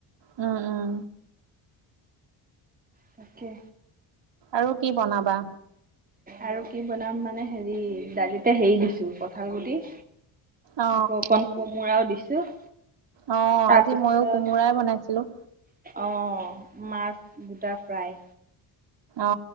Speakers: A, on the right (about 60°); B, on the right (about 15°).
A: উম উম।
B: তাকে।
A: আৰু কি বনাবা?
B: আৰু কি বনাম মানে হেৰি দালিতে হেৰি দিছোঁ কঁঠাল গুটি।
A: অ
B: আকৌ অকন কোমোৰাও দিছো।
A: অ
B: তাৰপিছত
A: আজি মইও কোমোৰাই বনাইছিলোঁ।
B: অ মাছ গোটা ফ্ৰাই।
A: অ